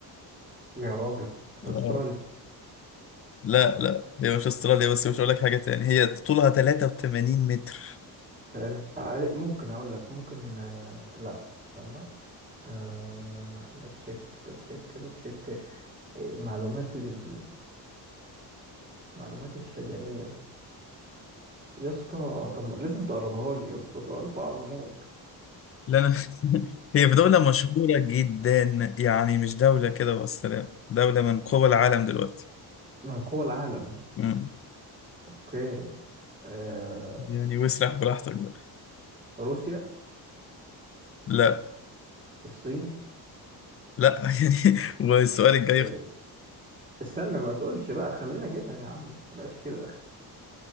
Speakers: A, on the right; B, on the left.
A: يا راجل استراليا
B: اه لا لا هي مش استراليا بس مش هقول لك حاجه تاني هي طولها 83 متر
A: آه، آه، ممكن اقول لك ممكن آه، لا استنى أه بتشيك بتشيك بتشيك إيه، معلوماتي لل- معلوماتي الشجرية يا اسطى طب ما- لازم تقربها لي يا اسطى سؤال صعب موت
B: لا انا <laughs> هي في دوله مشهوره جدا يعني مش دوله كده والسلام دوله من قوى العالم دلوقتي
A: من قوى العالم
B: مم.
A: اوكي آه...
B: يعني واسرح براحتك بقى
A: روسيا
B: لا
A: الصين
B: لا <laughs> يعني والسؤال الجاي
A: آه... استنى ما تقولش بقى خلينا اجيبها يا عم ما تبقاش كده